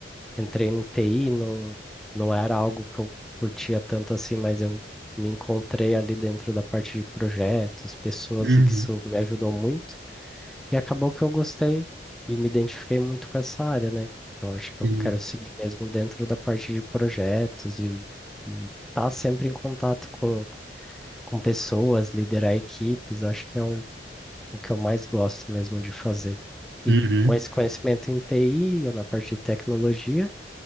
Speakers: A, in the centre; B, on the right.
A: entrei no TI, não, não era algo que eu curtia tanto assim, mas eu me encontrei ali dentro da parte de projetos, pessoas,
B: Uhum,
A: e que isso me ajudou muito. E acabou que eu gostei e me identifiquei muito com essa área, né? Então acho que
B: sim,
A: eu quero seguir mesmo dentro da parte de projetos e e estar sempre em contato com, com pessoas, liderar equipes, acho que é o, o que eu mais gosto mesmo de fazer. E
B: uhum,
A: com esse conhecimento em TI, na parte de tecnologia,